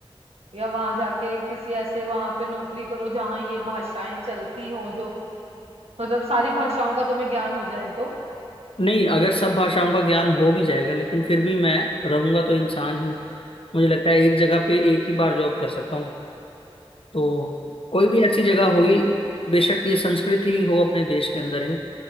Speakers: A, on the right (about 85°); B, on the left (about 65°).
A: या वहां जाके किसी ऐसे वहां पे नौकरी करो जहाँ ये भाषाएं चलती हों जो मतलब सारी भाषाओं का तुम्हें ज्ञान हो जाए तो
B: नहीं अगर सब भाषाओं का ज्ञान हो भी जाएगा लेकिन फिर भी मैं रहूंगा तो इंसान ही मुझे लगता है एक जगह पे एक ही बार जॉब कर सकता हूँ तो कोई
A: हाँ
B: भी ऐसी जगह होगी
A: ये
B: बेशक ये संस्कृत ही हो अपने देश के अंदर ही